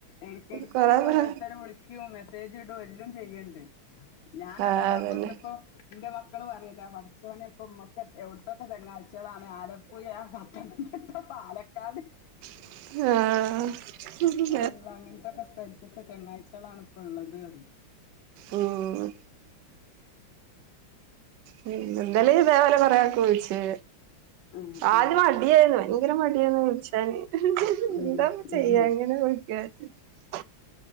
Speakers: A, on the left (about 70°); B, on the right (about 70°).
A: എടക്കെടക്ക്
B: കൊറെ കൊറെ
A: ഓരോരുത്തര് വിളിക്കും മെസ്സേജ് ഇടും എല്ലും ചെയ്യ്ണ്ട് ഞാനതാ
B: ആഹ് അതന്നെ
A: ഇവിട്ന്ന് ഇപ്പം ന്റെ മക്കള് പറയൊല്ലോ പടച്ചോനെ ഇപ്പൊ മ്മക്ക് എവിട്ത്തൊക്കെ ചങ്ങായി ച്ചാളാണ് ആലപ്പുയ, പത്തനംതിട്ട, പാലക്കാട്
B: ആ
A: അല്ലാഹ് അങ്ങനെത്തൊക്കെ സ്ഥലത്ത്ത്തെ ചങ്ങായ്ച്യാളാണ് ഇപ്പള്ളത് പറയും
B: ഉം പിന്നെ ഇന്നലെ ഇതേപോലെ കൊറേ ആക്ക് വിളിച്ച്
A: ആഹ്
B: ആദ്യം
A: ആഹ്
B: മട്യേയിന്നു ഭയങ്കര മടിയേയിന്നു വിളിച്ചാന്
A: ഉം
B: എന്താപ്പൊ ചെയ്യാ
A: ഉം
B: എങ്ങനെ വിളിക്ക <inaudible>